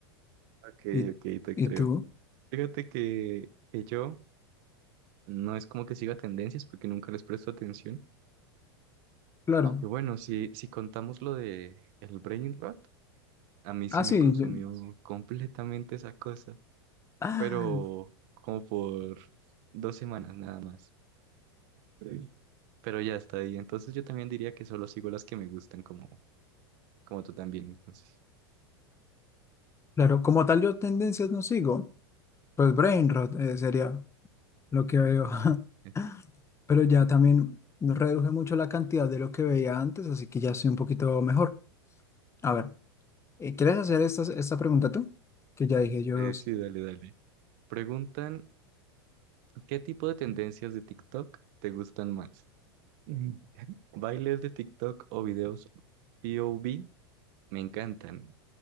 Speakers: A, on the right; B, on the left.
A: ok,
B: y,
A: ok, te
B: y
A: creo.
B: tú,
A: Fíjate que, que yo no es como que siga tendencias porque nunca les presto atención.
B: claro,
A: Aunque bueno, si, si contamos lo de el brain rot, a mí sí
B: ah,
A: me
B: sí,
A: consumió
B: yo-
A: Sí. completamente esa cosa.
B: ah,
A: Pero como por dos semanas nada más. Sí. Pero ya está ahí. Entonces yo también diría que solo sigo las que me gustan como, como tú también, entonces.
B: claro, como tal yo tendencias no sigo, pues brain rot eh, sería lo que veo,
A: <laughs>
B: <laughs> pero ya también reduje mucho la cantidad de lo que veía antes, así que ya soy un poquito mejor. A ver. Eh, ¿Quieres hacer esta, esta pregunta tú? Que ya dije yo,
A: Eh,
B: dos.
A: sí, dale, dale. Preguntan, ¿qué tipo de tendencias de TikTok te gustan más? Mm. <laughs> ¿Bailes de TikTok o videos POV? Me encantan.